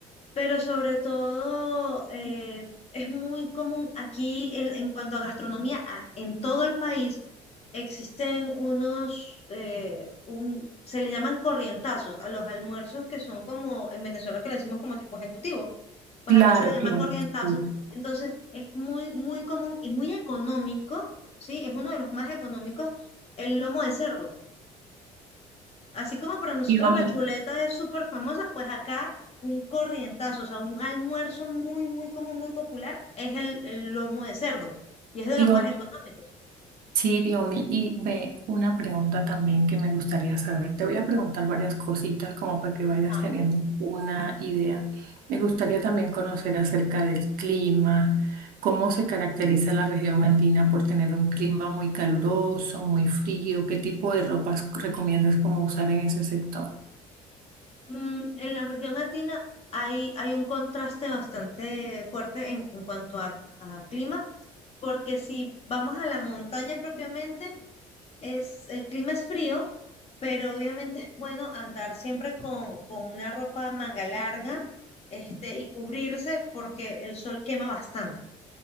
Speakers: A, on the left (about 40°); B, on the right (about 70°).
A: pero sobre todo eh, es muy común aquí en, en cuanto a gastronomía, a- en todo el país existen unos, eh, un- se le llaman corrientazos a los almuerzos que son como en Venezuela que le decimos como tipo ejecutivo, pues
B: Claro,
A: acá se le llama
B: claro.
A: corrientazo,
B: Sí.
A: entonces es muy, muy común y muy económico, ¿sí? Es uno de los más económicos el lomo de cerdo. Así como para nosotros
B: Diomi-
A: la chuleta es súper famosa, pues acá un corrientazo, o sea, un almuerzo muy, muy común, muy popular, es el, el lomo de cerdo y es de
B: Diomina,
A: los más económicos.
B: Sí, Diomi, y ve una pregunta también que me gustaría saber. Te voy a preguntar varias cositas como para que vayas
A: Ah,
B: teniendo una idea. Me gustaría también conocer acerca del clima, cómo se caracteriza la región andina por tener un clima muy caluroso, muy frío, qué tipo de ropas recomiendas como usar en ese sector.
A: mm, en la región andina hay, hay un contraste bastante fuerte en, en cuanto a, a clima, porque si vamos a la montaña propiamente, es, el clima es frío, pero obviamente es bueno andar siempre con, con una ropa manga larga, este, y cubrirse porque el sol quema bastante,